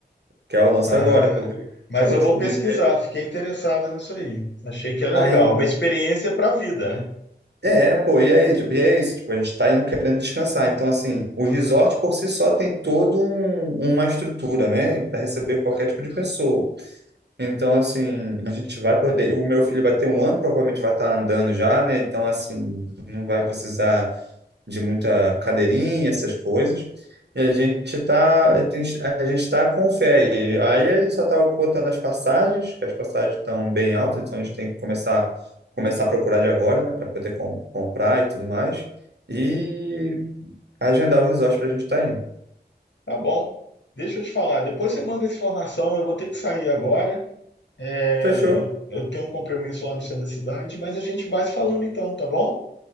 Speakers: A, on the right; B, on the left.
A: Que é o lance
B: Ah,
A: agora, que eu vi-
B: mas
A: acabou
B: eu
A: descobrindo.
B: vou pesquisar, fiquei interessado nisso aí. Achei que era
A: Aí,
B: legal. Uma experiência para a vida, né?
A: É, pô, e aí, tipo, e é isso, tipo, a gente tá indo querendo descansar. Então, assim, o resort por si só tem toda uma estrutura, né, para receber qualquer tipo de pessoa. Então, assim, a gente vai poder. O meu filho vai ter um ano, provavelmente vai estar andando já, né? Então, assim, não vai precisar de muita cadeirinha, essas coisas. E a gente tá, a gente a gente tá com fé. E aí a gente só tá cotando as passagens, que as passagens estão bem altas, então a gente tem que começar, começar a procurar de agora, né, para poder com- comprar e tudo mais. E agendar o resort para a gente estar indo.
B: Tá bom. Deixa eu te falar, depois você manda essa informação, eu vou ter que sair agora. É,
A: Fechou?
B: eu tenho um compromisso lá no centro da cidade, mas a gente vai se falando então, tá bom?